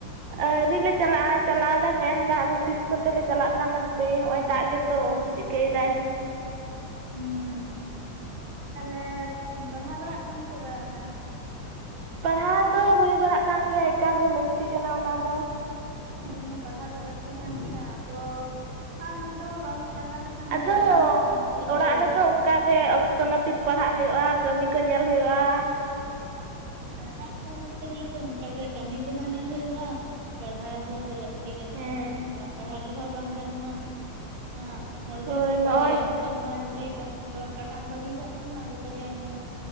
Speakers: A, on the right; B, on the right.
A: ᱟᱹᱣᱨᱤ ᱞᱮ ᱪᱟᱞᱟᱜᱼᱟ ᱪᱟᱞᱟᱜ ᱟᱞᱮ ᱢᱮᱱᱫᱟ ᱟᱫᱚ ᱛᱤᱥ ᱠᱚᱛᱮᱞᱮ ᱪᱟᱞᱟᱜ ᱠᱟᱱᱟ ᱦᱟᱯᱮ ᱱᱚᱜᱼᱚᱭ ᱫᱟᱜ ᱜᱮ ᱛᱚ ᱪᱤᱠᱟᱹᱭ ᱫᱟᱭ
B: ᱦᱮᱸ ᱛᱟᱦᱞᱮ ᱯᱟᱲᱦᱟᱣ ᱵᱟᱲᱟᱜ ᱠᱟᱱᱟ ᱥᱮ ᱵᱟᱝᱼᱟ
A: ᱯᱟᱲᱦᱟᱣ ᱫᱚ ᱦᱩᱭ ᱵᱟᱲᱟᱜ ᱠᱟᱱ ᱜᱮᱭᱟ ᱮᱠᱟᱞ ᱜᱮᱮ ᱞᱟᱹᱠᱛᱤ ᱠᱟᱱᱟ ᱚᱱᱟ ᱫᱚ
B: ᱦᱮᱸ ᱯᱟᱲᱦᱟᱣ ᱫᱚ ᱞᱟᱹᱠᱛᱤ ᱠᱟᱱ ᱜᱮᱭᱟ ᱟᱵᱚ ᱫᱚ ᱵᱟᱵᱚᱱ ᱯᱟᱲᱦᱟᱣ ᱞᱮᱠᱷᱟᱱ
A: ᱟᱫᱚ
B: ᱫᱚ ᱛᱟᱦᱚᱞᱮ ᱪᱤᱠᱟᱹᱛᱮ
A: ᱚᱲᱟᱜ
B: ᱦᱩᱭᱩᱜᱼᱟ
A: ᱨᱮᱫᱚ ᱚᱱᱠᱟᱜᱮ ᱚᱠᱛᱚ ᱱᱟᱹᱯᱤᱛ ᱯᱟᱲᱦᱟᱜ ᱦᱩᱭᱩᱜᱼᱟ ᱠᱟᱹᱢᱤ ᱠᱚ ᱧᱮᱞ ᱦᱩᱭᱩᱜᱼᱟ
B: ᱦᱮᱸ ᱚᱲᱟᱜ ᱨᱮ ᱛᱟᱦᱮᱸᱛᱮ ᱜᱮᱞᱮ ᱫᱚ ᱚᱱᱠᱟᱜᱮ ᱠᱟᱹᱢᱤ ᱠᱚᱦᱚᱸ ᱧᱮᱞ ᱦᱩᱭᱩᱜᱼᱟ ᱯᱟᱲᱦᱟᱣ ᱦᱚᱸ ᱞᱟᱹᱠᱛᱤ ᱞᱟᱹᱠᱛᱤ
A: ᱦᱮᱸ
B: <inaudible> ᱟᱨ ᱵᱟᱝ ᱯᱟᱲᱦᱟᱣ ᱨᱮᱦᱚᱸ ᱵᱟᱝ ᱜᱟᱱᱚᱜᱼᱟ ᱦ <inaudible> ᱦᱚᱲᱜᱮ
A: ᱦᱳᱭ
B: ᱪᱮᱠᱚᱞᱤᱮ
A: ᱱᱚᱜᱼᱚᱭ
B: ᱱᱮᱛᱟᱨ ᱢᱟ ᱡᱩᱫᱤ ᱯᱟᱲᱦᱟᱜ ᱮᱢ ᱵᱟᱹᱜᱤ ᱠᱟᱜ ᱠᱷᱟᱱ ᱢᱟ ᱟᱫᱚ ᱠᱚ ᱞᱟᱹᱭᱟ ᱱᱩᱭ ᱢᱟ